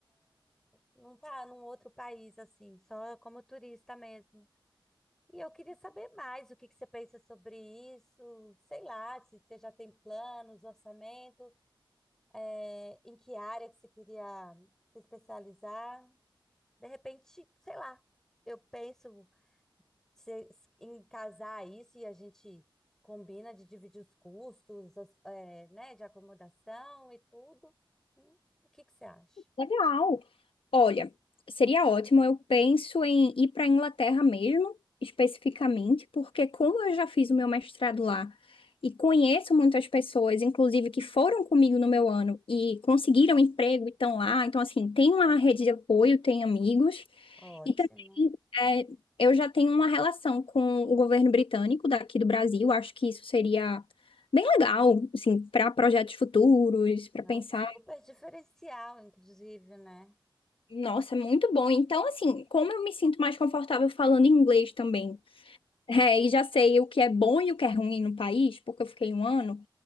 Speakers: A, in the centre; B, on the left (about 80°).
A: não tá num outro país assim, só como turista mesmo. E eu queria saber mais o que que você pensa sobre isso, sei lá, se você já tem planos, orçamento, é, em que área que você queria se especializar. De repente, sei lá, eu penso se- em casar isso e a gente combina de dividir os custos, os- é, né, de acomodação e tudo. Hum, O que que você acha?
B: Legal. Olha, seria ótimo. Eu penso em ir para a Inglaterra mesmo, especificamente, porque como eu já fiz o meu mestrado lá e conheço muitas pessoas, inclusive que foram comigo no meu ano e conseguiram emprego e estão lá, então assim, tem uma rede de apoio, tem amigos.
A: Ótimo.
B: E também é, eu já tenho uma relação com o governo britânico daqui do Brasil. Acho que isso seria bem legal, assim, para projetos futuros, para
A: É
B: pensar
A: um super diferencial, inclusive, né?
B: nossa, é muito bom. Então, assim, como eu me sinto mais confortável falando inglês também, <laughs> é, e já sei o que é bom e o que é ruim no país, porque eu fiquei um ano,